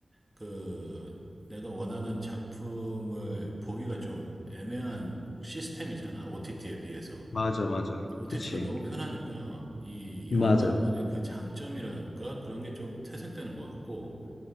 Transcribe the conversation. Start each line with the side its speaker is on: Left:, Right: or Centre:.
Right: 그 내가 원하는 작품을 보기가 좀 애매한 시스템이잖아. OTT에 비해서.
Left: 맞아, 맞아.
Right: OTT가
Left: 그치.
Right: 너무 편하니까 이
Left: 맞아.
Right: 영화관만의 그 장점이랄까? 그런 게 좀 퇴색되는 것 같고